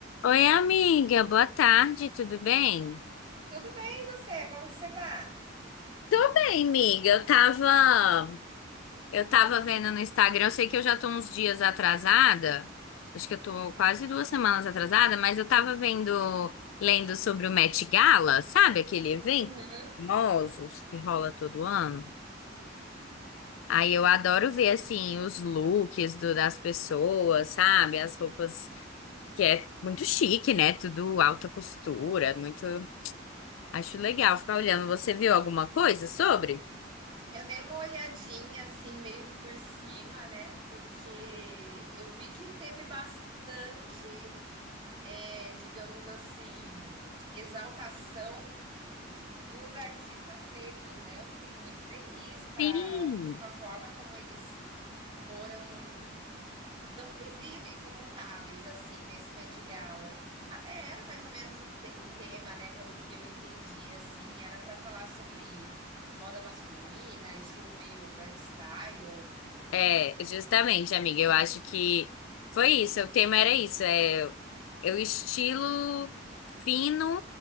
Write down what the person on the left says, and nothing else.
Oi, amiga, boa tarde, tudo bem?
Tô bem, amiga. Eu tava, eu tava vendo no Instagram, eu sei que eu já tô uns dias atrasada, acho que eu tô quase duas semanas atrasada, mas eu tava vendo, lendo sobre o Met Gala, sabe aquele evento
famosos que rola todo ano? Aí eu adoro ver, assim, os looks do- das pessoas, sabe? As roupas, que é muito chique, né? Tudo alta costura, muito. Acho legal ficar olhando. Você viu alguma coisa sobre?
Sim.
É, justamente, amiga, eu acho que foi isso. O tema era isso. É, é o estilo fino,